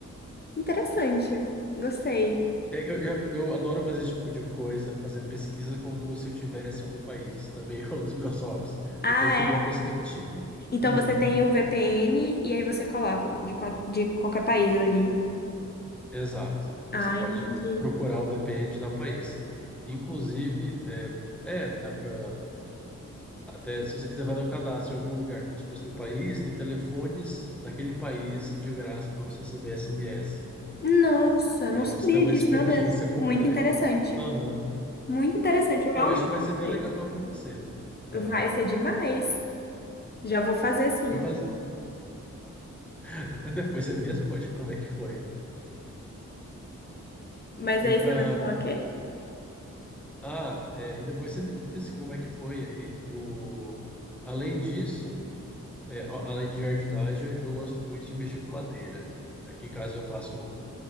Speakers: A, on the left; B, in the centre.
A: Interessante, gostei.
B: É, Eu, já- eu adoro fazer esse tipo de coisa, fazer pesquisa como se eu tivesse em algum país. Também <laughs> é um dos meus hobbies.
A: Ah,
B: Tentei entender
A: é?
B: a perspectiva.
A: Então
B: Uhum.
A: você tem o VPN e aí você coloca de, qua- de qualquer país ali.
B: Exato. Você
A: Ah,
B: pode
A: entendi.
B: procurar o VPN de tal país. Inclusive, é, é, dá para até se você quiser fazer o cadastro em algum lugar, como se fosse do país, tem telefones naquele país de graça para você receber SMS.
A: Nossa, não
B: E aí
A: sabia
B: você tem uma
A: disso,
B: <laughs> experiência
A: meu Deus.
B: completa.
A: Muito interessante.
B: Aham.
A: Muito interessante, eu
B: Não,
A: realmente
B: acho que vai
A: vou
B: ser
A: fazer
B: bem legal
A: isso.
B: para você, Lu. Aham.
A: Vai ser demais. Já vou fazer sim.
B: Eu faz... <laughs> Depois você me responde como é que foi.
A: Mas
B: E
A: aí
B: para
A: você vai falar o quê?
B: ah, é, e depois você me diz como é que foi aí. O... Além disso, é, a- além de jardinagem, eu gosto muito de mexer com madeira. Aqui em casa eu faço,